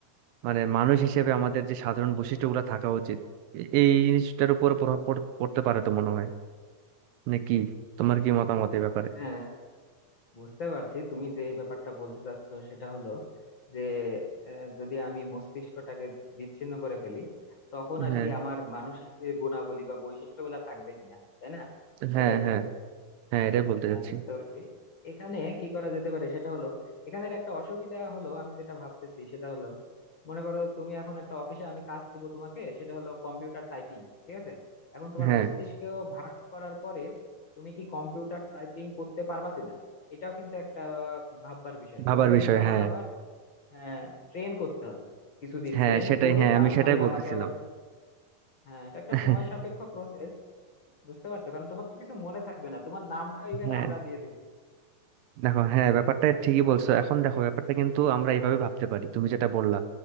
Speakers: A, on the right (about 75°); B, on the left (about 45°).
A: মানে মানুষ হিসেবে আমাদের যে সাধারণ বৈশিষ্ট্যগুলো থাকা উচিত এ- এই জিনিসটার উপর প্রভাব পড়- পড়তে পারে তো মনে হয় মানে কি তোমার কি মতামত এই ব্যাপারে
B: হ্যাঁ বুঝতে পারছি তুমি যে এই ব্যাপারটা বলতে চাচ্ছ সেটা হলো যে আহ, যদি আমি মস্তিষ্কটাকে বিচ্ছিন্ন করে ফেলি তখন আর
A: হ্যাঁ
B: কি আমার মানসিক যে গুণাবলী বা বৈশিষ্ট্যগুলা থাকবে কিনা তাই না
A: হ্যাঁ
B: এটাই
A: হ্যাঁ
B: তো
A: হ্যাঁ এটাই বলতে
B: হ্যাঁ
A: চাচ্ছি
B: বুঝতে পারছি এখানে কি করা যেতে পারে সেটা হলো এখানের একটা অসুবিধা হলো আমি যেটা ভাবতেছি সেটা হলো মনে করো তুমি এখন একটা অফিসে আমি কাজ দেবো তোমাকে সেটা হলো কম্পিউটার টাইপিং ঠিক আছে এখন তোমার
A: হ্যাঁ
B: মস্তিষ্ক ভাগ করার পরে তুমি কি কম্পিউটার টাইপিং করতে পারবা কিনা এটাও কিন্তু একটা ভাববার বিষয়
A: ভাবার
B: তোমাকে
A: বিষয়
B: কিন্তু আমাকে
A: হ্যাঁ
B: আবার হ্যাঁ ট্রেন করতে হবে কিছুদিন
A: হ্যাঁ
B: ট্রেন
A: সেটাই
B: করে
A: হ্যাঁ
B: তারপরে
A: আমি সেটাই বলতেছিলাম
B: আমাকে আবার হ্যাঁ এটা একটা
A: <laughs>
B: সময় সাপেক্ষ প্রসেস বুঝতে পারছো কারণ তোমার তো কিছু মনে থাকবে না তোমার নামটা ইভেন
A: হ্যাঁ
B: আমরা দিয়ে দিব
A: দেখো হ্যাঁ ব্যাপারটা ঠিকই বলছো এখন দেখো ব্যাপারটা কিন্তু আমরা এইভাবে ভাবতে পারি তুমি যেটা বললা